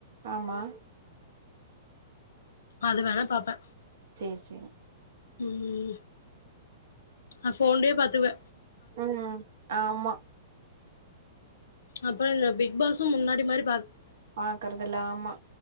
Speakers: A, on the right; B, on the left.
A: ஆமா
B: அது வேணா பாப்பே
A: சேர் சேரி
B: ம் நா போன்லயே பாத்துவே
A: ம் ஆமா
B: அப்புற இந்த பிக் பாசூ முன்னாடி மாரி
A: பாக்குறதில்ல ஆமா